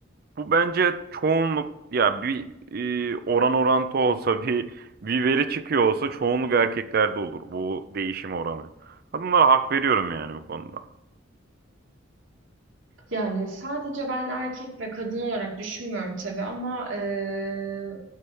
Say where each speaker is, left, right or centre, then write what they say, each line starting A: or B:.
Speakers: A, on the right; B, on the right.
A: Bu bence çoğunluk ya bir e, oran orantı olsa <laughs> bir bir veri çıkıyor olsa çoğunluk erkeklerde olur bu değişim oranı. Kadınlara hak veriyorum yani bu konuda.
B: Yani sadece ben erkek ve kadın olarak düşünmüyorum tabii ama eee,